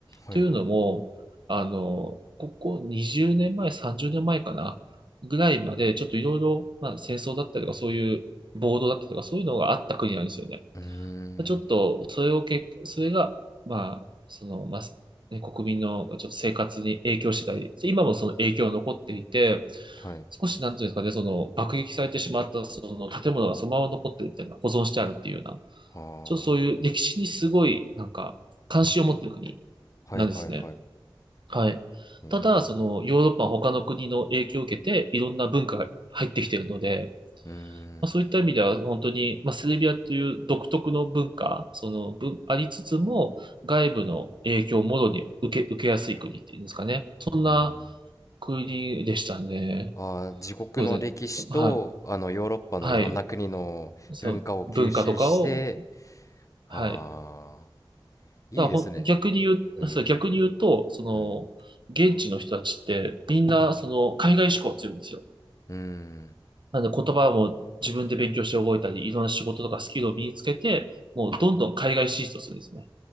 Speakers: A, on the left; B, on the right.
A: はいはい。
B: というのも、あの、ここ20年前、30年前かな、ぐらいまで、ちょっといろいろ、まあ、戦争だったりとか、そういう暴動だったりとか、そういうのがあった国なんですよね。
A: うーん、
B: ちょっと、それをけ、それが、まあ、その、まあ、ね、国民のちょっと生活に影響してたり、今もその影響が残っていて、
A: はい。
B: 少しなんていうんですかね、その爆撃されてしまったその建物がそのまま残ってるみたいな、保存してあるっていうような、
A: ああ、
B: ちょっとそういう歴史にすごい、なんか、関心を持ってる国
A: はいはいはい。
B: なんですね。はい。
A: ええ、
B: ただ、その、ヨーロッパ他の国の影響を受けて、いろんな文化が入ってきてるので、
A: うーん、
B: まあ、そういった意味では本当に、まあ、セルビアという独特の文化、その文、ありつつも外部の影響をもろに受け、受けやすい国っていうんですかね。まあ、
A: うーん。
B: 国でしたね。
A: ああ、自国の歴史と、
B: そうですね。はい。
A: あの、ヨーロッパのいろんな国の文化を吸収して、
B: はい。その文化とかを、
A: ああ、
B: はい。
A: いいですね。
B: ただほん、逆に言う、
A: うん、
B: そう、逆に言うと、その、
A: うん、
B: 現地の人たちってみんなその海外志向強いんですよ。
A: うん、
B: なので言葉も自分で勉強して覚えたり、いろんな仕事とかスキルを身につけて、もうどんどん海外進出をするんですね。